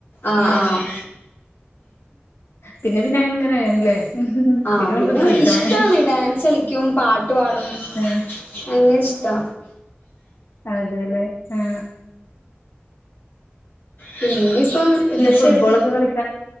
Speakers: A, on the left; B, on the left.
A: ആഹ്
B: ആ
A: ആഹ്
B: പിന്നെ പിന്നെ അങ്ങനെയല്ലേ
A: ആ പിന്നെ
B: ഓൾക്ക് കളിച്ചണം
A: ഇഷ്ടമാണ് ഡാൻസ് കളിക്കും പാട്ട് പാടും
B: ആഹ്
A: അങ്ങനെ ഇഷ്ടാ
B: അതെല്ലേ ആ
A: പിന്നയിപ്പം ഇപ്പ ചേട്ട്
B: ഫുട്ബോളൊക്കെ കളിക്കാൻ